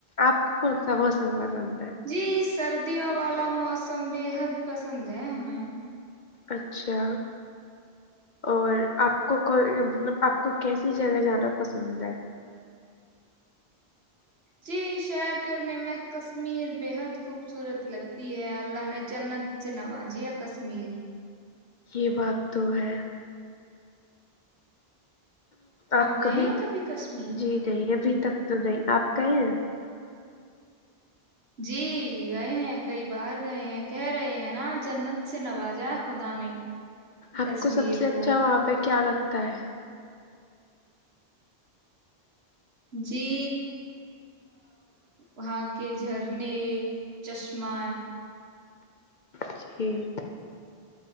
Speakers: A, on the left; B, on the right.
A: آپ پتا س م جا
B: جی سردیوں والا موسم بےحد پسند ہے ہمیں
A: اچھا اور آپ کو مطلب آپ کو کیسی جگہ جانا پسند ہے
B: جی شعر کرنے میں کشمیر بےحد خوبصورت لگتی ہے اللہ نے جنت سے نوازیا کشمیر
A: یہ بات تو ہے آپ
B: گئے
A: کا بھی
B: ہیں کبھی کشمیر
A: جی جیے بھی تک تو نہیں آپ کہئے ہیں
B: جی گئے ہیں کئی بار گئے ہیں کہہ رہے ہیں نا جنت سے نوازائے خدا نے
A: آپ
B: کشمیر
A: کو سب سے اچھا
B: کو
A: وہاں پہ کیا لگتا ہے
B: جی وہاں کے جھرنے چشمہ
A: جی